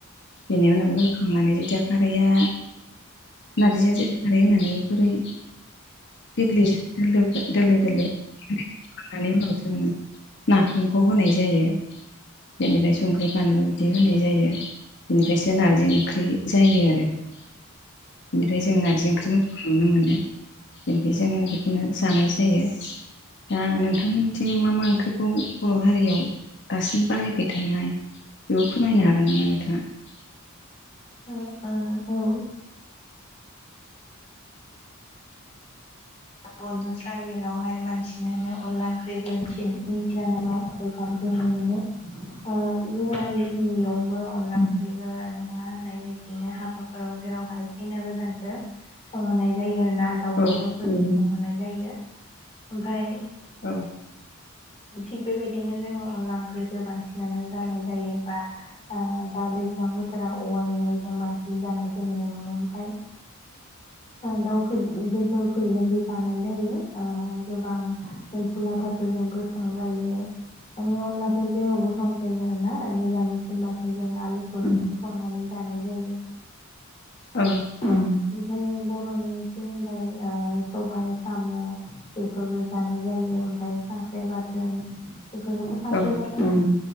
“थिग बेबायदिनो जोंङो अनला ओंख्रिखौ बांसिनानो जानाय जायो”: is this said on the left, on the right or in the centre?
Left